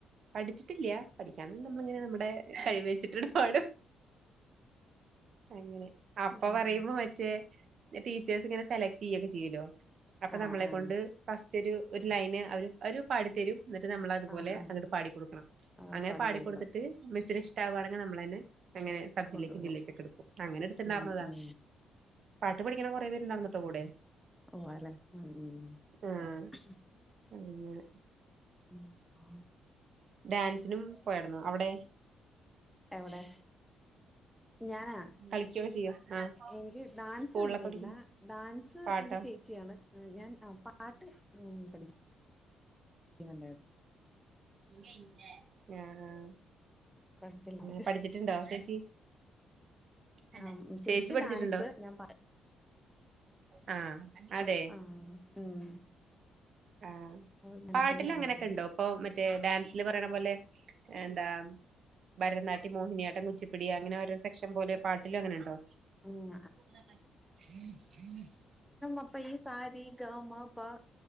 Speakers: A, on the right; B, in the centre.
A: പഠിച്ചിട്ടില്ല. പഠിക്കാണ്ട് നമ്മളിങ്ങനെ നമ്മടെ കഴിവ് വെച്ചിട്ടിങ്ങട് പാടും. അങ്ങനെ അപ്പ
B: ഉം
A: പറയുമ്പോ മറ്റേ ടീച്ചേഴ്സ് ഇങ്ങനെ സെലക്ട്യ്യൊക്കെ ചിയ്യല്ലോ അപ്പോ
B: ആഹ്
A: നമ്മളെ
B: ആഹ്
A: കൊണ്ട് ഫസ്റ്റ് ഒരു ഒരു ലൈന് അവര്, അവരു പാടിത്തരും. ന്നിട്ട് നമ്മള് അതുപോലെ
B: ആഹ് ആഹ്
A: അങ്ങട് പാടി ക്കൊടുക്കണം.
B: ആഹ്
A: അങ്ങനെ
B: പാടി
A: പാടിക്കൊടുത്തിട്ട്
B: കൊടുക്കണം
A: മിസ്സിന് ഇഷ്ടാവാണെങ്ക് നമ്മളേനേ അങ്ങനെ സബ്ജില്ലേക്കും
B: കൊണ്ടുപോവാ
A: ജില്ലേക്കും ഒക്കെ എടുക്കും. അങ്ങനെടുത്ത്ണ്ടാർന്നതാ.
B: ഉം ഉം
A: പാട്ട് പഠിക്കണ കൊറെ പേരുണ്ടായിരുന്നുട്ടോ കൂടെ.
B: ഉവ്വാല്ലേ? ഉം. ഉം.
A: ആഹ്
B: ഉം.
A: അങ്ങനെ
B: ഉം ആഹ്
A: ഡാൻസിനും പോയേർന്നോ? അവടെ?
B: എവടെ? ഞാനാ?
A: കളിക്കൊക്കെ ചെയ്യോ ആഹ്
B: എനിക്ക് ഡാൻസ്
A: സ്കൂളിലൊക്കെ
B: അങ്ങനെയില്ല.
A: പഠിക്കുമ്പോ
B: ഡാൻസ്
A: പാട്ടോ
B: എന്റെ ചേച്ചിയാണ്. ഞാൻ ആഹ് പാട്ട്. ഉം. പഠിക്കും <unintelligible> ണ്ടായിരുന്നു.
A: <inaudible> ആഹ്
B: കുഴപ്പമില്ലാണ്ട്
A: <inaudible> പഠിച്ച് ണ്ടോ ചേച്ചി. എന്റെ?
B: ആഹ്
A: ചേച്ചി പഠിച്ചിട്ടുണ്ടോ?
B: ഡാൻസ് ഞാൻ പാ
A: <inaudible> ആഹ് അതെ
B: അവൾ ആഹ്. ഉം
A: ആഹ്.
B: അവൾ ഡാൻസിന്റെ
A: പാട്ടില്
B: ആളായിരുന്നു
A: അങ്ങനൊക്കെണ്ടോ? ഇപ്പോ മറ്റേ ഡാൻസില് പറയണപോലെ. എന്താ? ഭരതനാട്ട്യം മോഹിനിയാട്ടം കുച്ചിപ്പിട്യാ അങ്ങനെ ഓരോ സെക്ഷൻ പോലെ പാട്ടിലും അങ്ങനണ്ടോ?
B: ഉം
A: <inaudible>
B: അപ്പയീ സാ രി ഗ മ പ